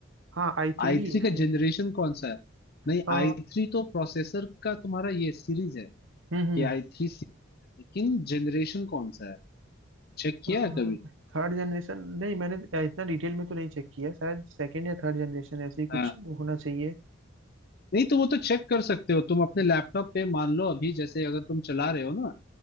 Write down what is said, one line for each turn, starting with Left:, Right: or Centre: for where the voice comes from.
Right: हाँ आई थ्री
Left: आई
Right: ही
Left: थ्री
Right: है
Left: का
Right: मैंने
Left: जनरेशन कौन सा है नहीं
Right: अ,
Left: आई थ्री तो प्रोसेसर का तुम्हारा ये सीरीज है
Right: हम्म
Left: कि आई थ्री लेकिन जनरेशन कौन सा है चेक किया
Right: हम्म
Left: है कभी
Right: Third generation नहीं मैंने इतना डिटेल में तो नहीं चेक किया शायद सेकंड या थर्ड जनरेशन ऐसे ही कुछ
Left: हाँ
Right: होना चाहिए
Left: नहीं तो वो तो चेक कर सकते हो तुम अपने लैपटॉप पे मान लो अभी जैसे अगर तुम चला रहे हो ना